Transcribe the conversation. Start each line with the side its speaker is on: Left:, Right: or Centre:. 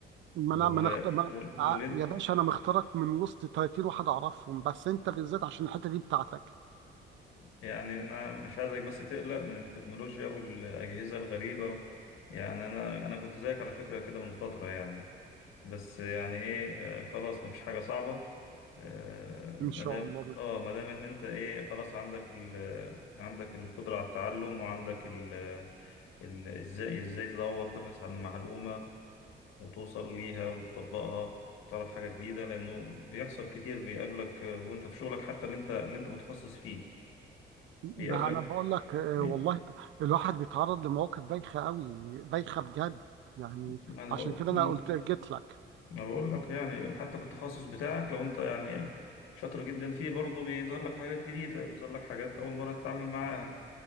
Right: ما
Left: وال...
Right: انا ما نخت... ما...
Left: وال- واللي
Right: ع-
Left: انت
Right: يا باشا انا مختارك من وسط 30 واحد اعرفهم بس انت بالذات عشان الحته دي بتاعتك
Left: يعني انا مش عايزك بس تقلق من التكنولوجيا والاجهزة الغريبة يعني انا انا كنت زيك على فكرة كده من فترة يعني بس يعني ايه آه خلاص مفيش حاجة صعبة آه
Right: ان
Left: مادام
Right: شاء الله
Left: اه مادام ان انت ايه خلاص عندك ال عندك القدرة على التعلم وعندك ال ال- ازاي ازاي تدور تبحث عن معلومة وتوصل ليها وتطبقها تعرف حاجة جديدة لأنه بيحصل كتير بيقابلك آه، وأنت في شغلك حتى اللي أنت اللي أنت متخصص فيه
Right: ده
Left: بيقابلك
Right: انا بقول لك آه،
Left: بي...
Right: والله الواحد بيتعرض لمواقف بايخه قوي بايخه بجد يعني
Left: ما أنا
Right: عشان
Left: بقول-
Right: كده انا قلت جيت لك
Left: ما بقول لك يعني حتى في التخصص بتاعك لو انت يعني شاطر جدا فيه برضه بيظهر لك حاجات جديدة بيظهر لك حاجات أول مرة تتعامل معاها